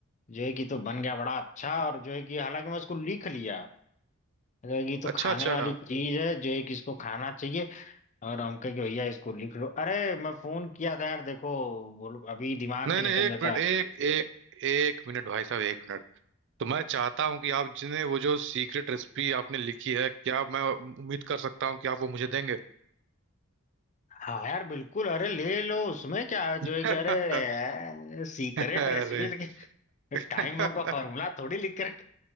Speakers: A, on the left (about 35°); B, on the right (about 60°).
A: जो है कि तो बन गया बड़ा अच्छा और जो है कि हालांकि मैं उसको लिख लिया जो है कि तो
B: अच्छा
A: खाने
B: अच्छा
A: वाली चीज है जो है कि इसको खाना चाहिए और हम कहे कि भैया इसको लिख लो अरे मैं फोन किया था यार देखो बोलो अभी दिमाग
B: नहीं
A: से निकल
B: नहीं एक
A: जाता
B: मिनट एक एक एक मिनट भाई साहब एक मिनट तो मैं चाहता हूँ कि आप जिन्हें वो जो सीक्रेट रेसिपी आपने लिखी है क्या मैं उम्मीद कर सकता हूँ कि आप वो मुझे देंगे
A: हाँ यार बिल्कुल अरे ले लो उसमें क्या है, जो
B: <laughs>
A: है कि अरे सीक्रेट
B: अरे
A: रेसिपी
B: <laughs>
A: टाइम बम का फॉर्मूला थोड़ी लिख कर